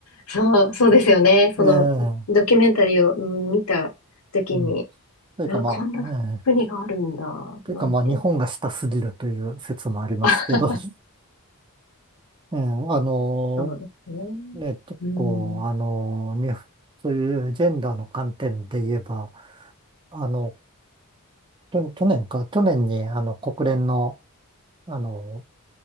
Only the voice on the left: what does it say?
そう、そうですよね。そのドキュメンタリーをうん見たときに、
あ、こんな国があるんだ、
なんて。
あ、
そうですね。
うん。